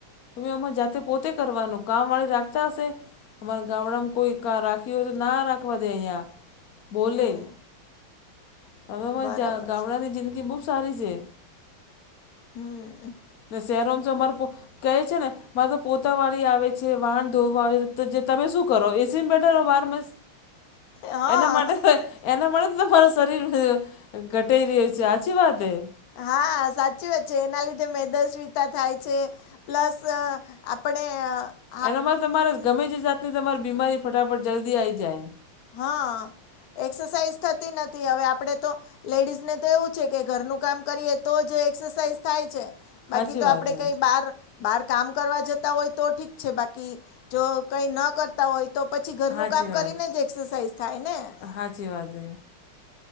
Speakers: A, on the left; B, on the left.
A: તમે આમા જાતે પોતે કરવાનું કામ વાળી રાખતા હશે. અમારા ગામડામાં કોઈ કા રાખી હોય તો ના રાખવા દે અહીંયા બોલે
B: હમ
A: હવે અમારી
B: બરાબર
A: જા ગામડાની
B: છે
A: જિંદગી બહુ સારી સે
B: હમ્મ.
A: ને શહેરો માં જો મારે કોક કહે છે ને મારે તો પોતા વાળી આવે છે વાહણ ધો આવે તમે શું કરો એસી બેઠાર બારો માહિસ
B: હા
A: એના માટે એના માટે તો તમારું શરીર ઘટેરીયે છે સાચી વાતે
B: હા સાચી વાત છે એના લીધે મેદસવિતા થાય છે. પ્લસ આપણે આ
A: એનામાં તમારે ગમે તે જાતની તમારી બીમારી ફટાફટ જલ્દી આવી જાય
B: હા એક્સરસાઇઝ થતી નથી હવે આપડે તો લેડીઝ ને તો એવું છે કે ઘરનું કામ કરીએ તો જ એક્સરસાઇઝ થાય છે. બાકી
A: સાચી
B: તો
A: વાત
B: આપણે
A: હે
B: કઈ બાર બાર કામ કરવા જતા હોય તો ઠીક છે બાકી જો કઈ ન કર તા હોય તો પછી ઘરનું
A: સાચી
B: કામ કરીને
A: વાત
B: જ એક્સરસાઇઝ થાય ને
A: સાચી વાત હે